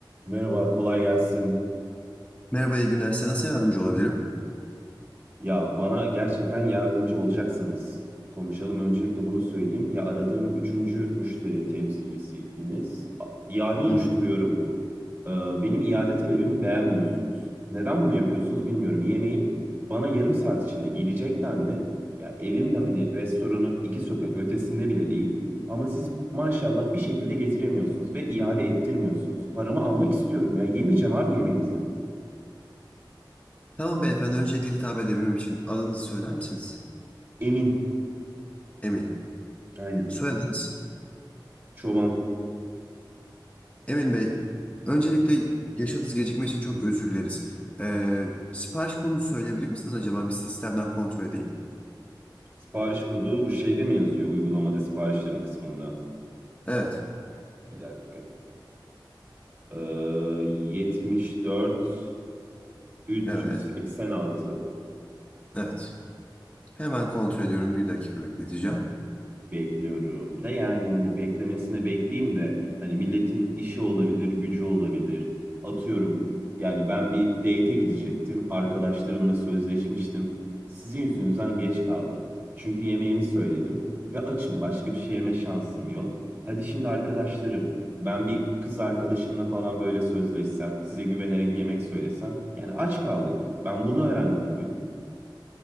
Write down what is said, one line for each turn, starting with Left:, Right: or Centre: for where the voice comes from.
Right: Merhaba, kolay gelsin.
Left: Merhaba, iyi günler. Size nasıl yardımcı olabilirim?
Right: Ya bana gerçekten yardımcı olacaksanız konuşalım. Öncelikle bunu söyleyeyim. Ya aradığım üçüncü müşteri temsilcisiydiniz. A- İade oluşturuyorum.
Left: Hı hı.
Right: Ee, benim iade talebimi beğenmiyorsunuz. Neden bunu yapıyorsunuz bilmiyorum. Yemeğim bana yarım saat içinde gelecek dendi. Ya evim de hani restoranın iki sokak ötesinde bile değil. Ama siz maşallah bir şekilde getiremiyorsunuz ve iade ettirmiyorsunuz. Paramı almak istiyorum ya. Yemeyeceğim abi yemeğinizi.
Left: Tamam beyefendi. Öncelikle hitap edebilmem için adınızı söyler misiniz?
Right: Emin.
Left: Emin.
Right: Aynen.
Left: Soyadınız?
Right: Çoban.
Left: Emin Bey. Öncelikle yaşadığınız gecikme için çok özür dileriz. Ee, sipariş konusu söyleyebilir misiniz acaba? Bir sistemden kontrol edeyim.
Right: Sipariş kodu bu şeyde mi yazıyor? Uygulamada siparişlerim kısmında.
Left: Evet.
Right: Bir dakika. Ee, 74
Left: Evet.
Right: 386.
Left: Evet. Hemen kontrol ediyorum. Bir dakika bekleteceğim.
Right: Bekliyorum da yani hani beklemesine bekleyeyim de hani milletin işi olabilir, gücü olabilir. Atıyorum yani ben bir date'e gidecektim. Arkadaşlarımla sözleşmiştim. Sizin yüzünüzden geç kaldım. Çünkü yemeğimi söyledim ve açım. Başka bir şey yeme şansım yok. Hadi şimdi arkadaşlarım ben bir kız arkadaşımla falan böyle sözleşsem, size güvenerek yemek söylesem. Yani aç kaldık. Ben bunu öğrendim bugün.